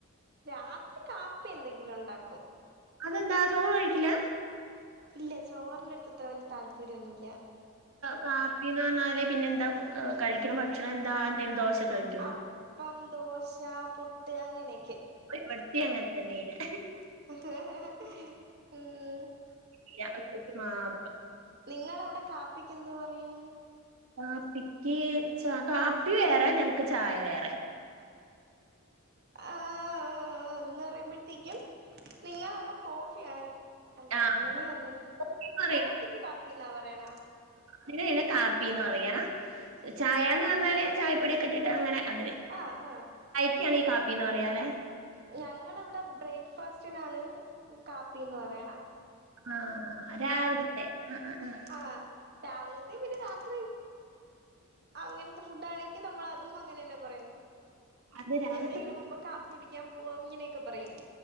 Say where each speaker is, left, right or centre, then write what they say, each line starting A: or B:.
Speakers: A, on the right (about 45°); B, on the right (about 75°).
A: രാത്രി കാപ്പി എന്തെങ്കിലും ഉണ്ടാക്കും.
B: അതെന്താ ചോറ് കഴിക്കില്ല
A: ഇല്ല ചോറിന്റെ അടുത്ത് അത്ര വലിയ താല്പര്യംന്നുമല്ല.
B: കാപ്പിന്ന് പറഞ്ഞാല് പിന്നെ എന്താ കഴിക്കണ ഭക്ഷണം എന്താ എന്തേലും ദോശക്കെ കഴിക്കോ
A: അപ്പം ദോശ പുട്ട് അങ്ങനെയൊക്കെ
B: ഇവിടിത്തിം അങ്ങനെ തന്നെയന്
A: ഉം
B: ഇല്ല മാപ്പ്
A: നിങ്ങള അവിടെ കാപ്പിക്ക് എന്ത് പറയും.
B: കാപ്പിക്ക് ച കാപ്പി വേറെ ഞങ്ങക്ക് ചായ വേറെ
A: ആ എന്ന് പറയുമ്പോഴത്തേക്കും നിങ്ങളവിടെ കോഫി ആണല്ല അല്ല
B: ആ
A: അങ്ങനെയ അല്ലല്ല
B: കോഫിന്ന്
A: കോഫിക്ക് കാപ്പി എന്നാ പറയണ
B: <unintelligible> കാപ്പിന്ന് പറയാ ചായന്ന് പറഞ്ഞാല് ചായപ്പൊടിയൊക്കെ ഇട്ടിട്ട് അങ്ങനെ അതിന്
A: ആഹ് ആഹ്
B: ക്കാണ് ഈ കാപ്പിന്ന് പറയാലെ
A: ഞങ്ങളിവിടെ ബ്രേക്ക്ഫാസ്റ്റിനാണ് കാപ്പിന്ന് പറയണ
B: ആഹ രാവിലത്തെ അ അ അ
A: ആ രാവിലത്തെയ പിന്നെ രാത്രി അങ്ങനത്തെ ഫുഡ് ആണെങ്കിൽ നമ്മൾ അതും അങ്ങനെ തന്നെ പറയാ
B: അത് രാവിലത്തെ
A: എവിടെങ്കിലും മുമ്പ് കാപ്പി കുടിക്കാൻ പോവാം ഇങ്ങനെയൊക്കെ പറയും